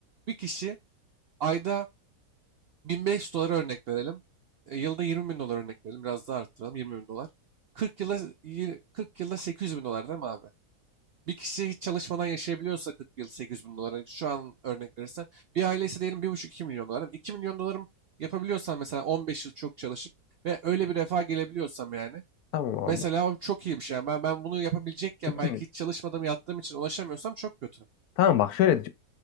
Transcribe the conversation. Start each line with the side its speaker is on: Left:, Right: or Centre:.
Right: Bir kişi ayda 1500 dolar örnek verelim. E, yılda 20 bin dolar örnek verelim. Biraz daha arttıralım. 20 bin dolar. 40 yılda, yir- 40 yılda 800 bin dolar değil mi abi? Bir kişi hiç çalışmadan yaşayabiliyorsa 40 yıl 800 bin dolara şu an örnek verirsen. Bir ailesi diyelim bir buçuk iki milyon dolar. iki milyon dolarım yapabiliyorsan mesela 15 yıl çok çalışıp ve öyle bir refaha gelebiliyorsam yani.
Left: Tamam
Right: Mesela
Left: abi.
Right: o çok iyi bir şey. Yani Ben, ben bunu yapabilecekken
Left: İki
Right: belki hiç çalışmadım yattığım için ulaşamıyorsam çok kötü.
Left: Tamam bak şöyle